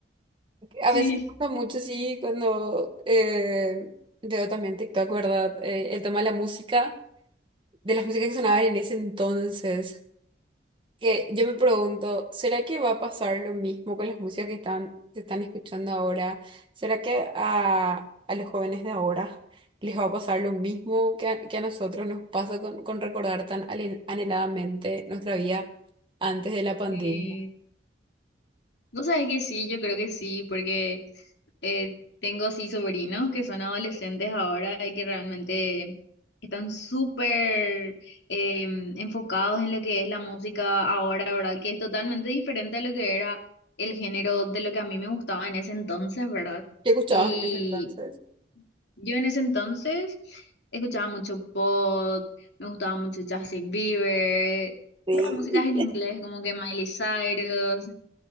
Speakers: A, on the right; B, on the left.
A: A
B: Sí.
A: veces me pasa mucho, sí, cuando eh, veo también TikTok, ¿verdad? Eh, el tema de la música, de las músicas que sonaban en ese entonces que yo me pregunto, ¿será que va a pasar lo mismo con las músicas que están, se están escuchando ahora? ¿Será que a, a los jóvenes de ahora les va a pasar lo mismo que a, que a nosotros nos pasa con, con recordar tan ale- anheladamente nuestra vida antes de la pandemia?
B: Sí. Vos sabés que sí, yo creo que sí, porque eh, tengo sí sobrinos que son adolescentes ahora y que realmente están súper eh, enfocados en lo que es la música ahora, ¿verdad? Que es totalmente diferente a lo que era el género de lo que a mí me gustaba en ese entonces, ¿verdad?
A: ¿Qué escuchabas
B: Y
A: en ese entonces?
B: yo en ese entonces escuchaba mucho pop, me gustaba mucho Justin Bieber,
A: Sí.
B: puras músicas en
A: <laughs>
B: inglés como que Miley Cyrus.